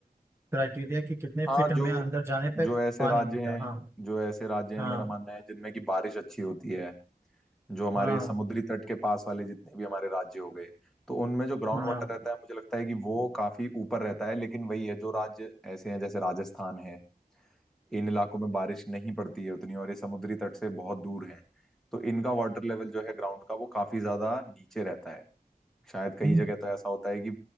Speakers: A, on the right; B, in the centre.
A: क्राइटेरिया कि कितने
B: हाँ
A: फिट
B: जो
A: हमें अंदर जाने पे
B: जो ऐसे
A: पानी
B: राज्य
A: मिलता
B: हैं
A: है हाँ
B: जो ऐसे राज्य
A: हाँ
B: हैं मेरा मानना है जिनमें की बारिश अच्छी होती है जो हमारे
A: हाँ
B: समुद्री तट के पास वाले जितने भी हमारे राज्य हो गए तो उनमें जो ग्राउंड
A: हाँ
B: वाटर रहता है मुझे लगता है कि वो काफी ऊपर रहता है लेकिन वही है जो राज्य ऐसे हैं जैसे राजस्थान है इन इलाकों में बारिश नहीं पड़ती है उतनी और ये समुद्री तट से बहुत दूर है तो इनका वाटर लेवल जो है ग्राउंड का वो काफी ज्यादा नीचे रहता है शायद कई
A: हम्म,
B: जगह तो ऐसा होता है कि